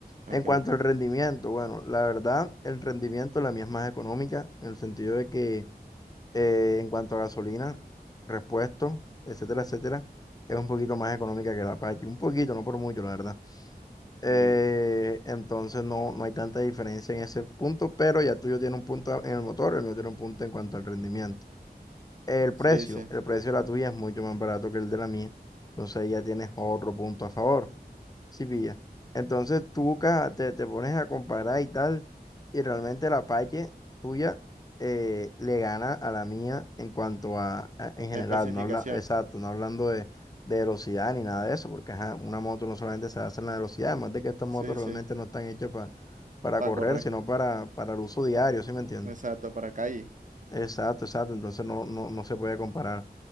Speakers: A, on the right; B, on the left.
A: Ok,
B: En cuanto al rendimiento, bueno, la verdad, el rendimiento la mía es más económica, en el sentido de que eh, en cuanto a gasolina, repuestos, etcétera, etcétera, es un poquito más económica que la Apache. Un poquito, no por mucho, la verdad. Eh,
A: ok.
B: entonces no, no hay tanta diferencia en ese punto, pero ya el tuyo tiene un punto en el motor, el mío tiene un punto en cuanto al rendimiento. El
A: Sí,
B: precio,
A: sí.
B: el precio de la tuya es mucho más barato que el de la mía, entonces ahí ya tienes otro punto a favor. Sí, pilla. Entonces tú buscas, te, te pones a comparar y tal, y realmente la Apache tuya eh, le gana a la mía en cuanto a, a- en general,
A: Especificación.
B: no habla, exacto, no hablando de, de velocidad ni nada de eso, porque ajá, una moto no solamente se hace en la velocidad, además de que estas
A: Sí,
B: motos
A: sí.
B: realmente no están hechas pa- para
A: Para
B: correr,
A: correr.
B: sino para, para el uso diario, ¿sí me entiendes?
A: Exacto, para calle.
B: Exacto, exacto, entonces no, no, no se puede comparar.